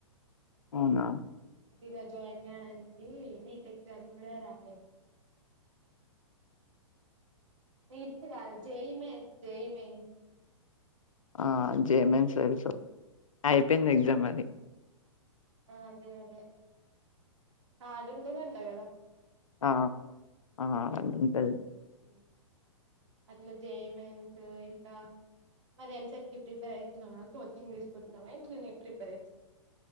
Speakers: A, on the left (about 75°); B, on the right (about 65°).
A: అవునా
B: లో జాయిన్ చేయడానికి నీట్ ఎగ్జామ్ కూడా రాయచ్చు. మీట్ గాదు జెయి మెన్స్, జెయి మెన్స్
A: ఆ జేమెన్స తెలుసు అయిపోయింద్ ఎగ్జామ్ అది.
B: అదే అదే హార్డ్ ఉంటదాంట గదా
A: ఆఆ ఆఆ ఉంటది.
B: ఉమ్ అట్లా జే మెన్స్ ఇంకా, మరి ఎం. సేట్కి ప్రిపేర్ అవుతున్నావా, కోచింగ్ తీసుకుంటన్నా, ఇంట్లనే ప్రిపేర్ అయితున్నావా.